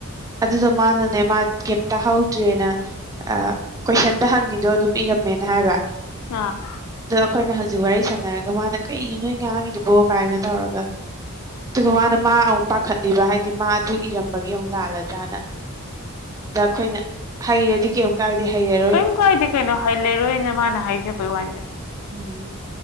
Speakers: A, on the right; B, on the left.
A: ꯑꯗꯨꯗꯣ ꯃꯥꯅꯅꯦ ꯃꯥ ꯀꯩꯝ ꯇꯥꯍꯧꯗ꯭ꯔꯦꯅ ꯑ ꯀꯣꯏꯁꯟꯗ ꯍꯪꯉꯤꯗꯣ ꯑꯗꯨꯝ ꯏꯔꯝꯃꯦꯅ ꯍꯥꯏꯕ
B: ꯑ
A: ꯑꯗꯣ ꯑꯩꯈꯣꯏꯅ ꯍꯧꯖꯤꯛ ꯋꯥꯔꯤ ꯁꯥꯟꯅꯔꯒ ꯃꯥꯅ ꯀꯩꯅꯣ ꯅꯣꯏ ꯉꯥꯡꯉꯤꯗꯨꯕꯣ ꯀꯥꯏꯅ ꯇꯧꯔꯒ ꯑꯗꯨꯒ ꯃꯥꯅ ꯃꯥ ꯑꯃꯨꯛ ꯄꯥꯈꯠꯂꯤꯕ ꯍꯥꯏꯗꯤ ꯃꯥ ꯑꯗꯨ ꯏꯔꯝꯕꯒꯤ ꯑꯃꯨꯛ ꯂꯥꯜꯂꯗ꯭ꯔꯥꯅ ꯗ ꯑꯩꯈꯣꯏꯅ ꯍꯩꯔꯗꯤ ꯀꯩꯝ ꯀꯥꯏꯗꯦ ꯍꯩꯔ
B: ꯀꯔꯤꯝ ꯀꯥꯏꯗꯦ ꯀꯩꯅꯣ ꯍꯩꯂꯔꯣꯏꯅ ꯃꯥꯅ ꯍꯥꯏꯖꯕꯩ ꯋꯥꯅꯤꯗ
A: ꯎꯝ